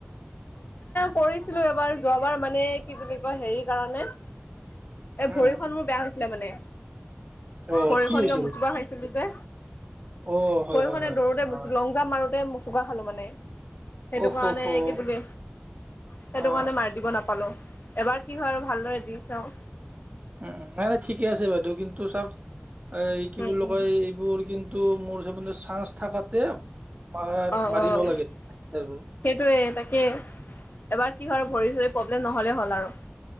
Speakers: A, on the left (about 45°); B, on the right (about 30°).
A: কৰিছিলো এব বাৰ যোৱাবাৰ মানে কি বুলি কয় হেৰি কাৰণে এ
B: উম,
A: ভৰিখন মোৰ বেয়া হৈছিলে মানে।
B: অ
A: ভৰিখন
B: কি হৈছিল
A: কিবা মোচকা খাই ছিলো যে
B: অ হয়
A: সৰিহনে
B: হয় হয়
A: দৌৰোতে
B: অ
A: বস্ত লং জাম মাৰোতে চুোকা খালোঁ মানে। সেইটো
B: অহ
A: কাৰণে
B: অহ অ
A: কি বুলি সেইটো
B: অ
A: কাৰণে মাৰি দিব নাপালো। এবাৰ কি হয় আৰু ভালদৰে দি চাওঁ।
B: উ নাই নাই ঠিকে আছে বাইদেউ, কিন্তু চব এই কি
A: উম
B: বুলি
A: উম
B: কয় এইবোৰ কিন্তু টো মোৰ হিচাপ মতে চাৰ্জ থাকাতে মাৰ
A: অ'
B: মাৰিব
A: অ'
B: লাগে
A: সেইটয়ে,
B: ইণ্টাৰভিউ
A: তাকে, এবাৰ কি হয় ভৰি চৰি প নহ'লে হ'ল আৰু